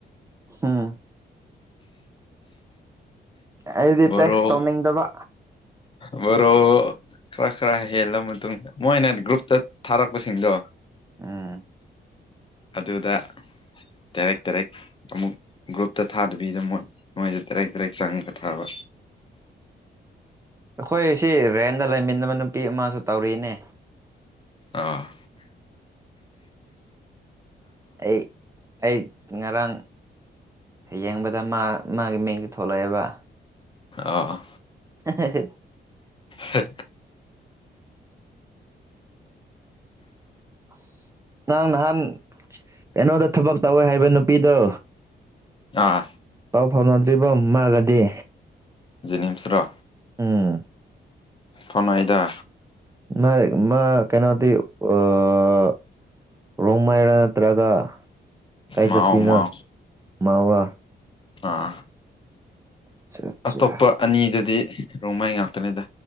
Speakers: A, on the right; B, on the left.
A: ꯍꯝ ꯑꯩꯗꯤ
B: ꯕꯣꯔꯣ
A: ꯇꯦꯛꯁ ꯇꯧꯅꯤꯡꯗꯕ
B: ꯕꯣꯔꯣ ꯈꯔ ꯈꯔ ꯍꯦꯜꯂ ꯃꯇꯨꯡꯗ ꯃꯣꯏꯅ ꯒ꯭ꯔꯨꯞꯇ ꯊꯥꯔꯛꯄꯁꯤꯡꯗꯣ
A: ꯑꯝ
B: ꯑꯗꯨꯗ ꯗꯥꯏꯔꯦꯛ ꯗꯔꯦꯛ ꯑꯃꯨꯛ ꯒ꯭ꯔꯨꯞꯇ ꯊꯥꯗꯕꯤꯗ ꯃꯣꯏ ꯃꫭꯏꯗ ꯗꯔꯦꯛ ꯗꯔꯦꯛ ꯆꯪꯉ ꯊꯥꯕ
A: ꯑꯈꯣꯏ ꯁꯤ ꯔꯦꯟꯗ ꯂꯩꯃꯤꯟꯅꯕ ꯅꯨꯄꯤ ꯑꯃꯁꯨ ꯇꯧꯔꯤꯅꯦ
B: ꯑꫭ
A: ꯑꯩ ꯑꯩ ꯉꯔꯥꯡ ꯌꯦꯡꯕꯗ ꯃꯥ ꯃꯥꯒꯤ ꯃꯤꯡꯖꯨ ꯊꯣꯛꯂꯛ ꯑꯦꯕ
B: ꯑꫭ
A: ꯑ ꯍꯦ ꯍꯦ
B: ꯍꯦ
A: ꯑꯁ ꯅꯪ ꯅꯍꯥꯟ ꯀꯩꯅꯣꯗ ꯊꯕꯛ ꯇꯧꯋꯦ ꯍꯥꯏꯕ ꯅꯨꯄꯤꯗꯣ
B: ꯑ
A: ꯄꯥꯎ ꯐꯥꯎꯅꯗ꯭ꯔꯤꯕꯔꫭ ꯃꯥꯒꯗꯤ
B: ꯖꯦꯅꯤꯝ꯭ꯁ ꯇꯔꯣ
A: ꯎꯝ
B: ꯐꯧꯅꯩꯗ
A: ꯃꯥ ꯃꯥ ꯀꯩꯅꫭꯗꯤ ꯑꫭ ꯔꯣꯝ ꯃꯥꯏꯔ ꯅꯠꯇ꯭ꯔꯒ ꯀꯥꯏꯆꯠꯇꯨꯏꯅꫭ
B: ꯃꯥꯎ ꯃꯥꯎ
A: ꯃꯧꯔ
B: ꯑꯥ
A: ꯑꯆꯥ ꯑꯆꯥ
B: ꯑꯇꯣꯞꯄ ꯑꯅꯤꯗꯨꯗꯤ ꯔꯣꯡꯃꯩ ꯉꯥꯛꯇꯅꯤꯗ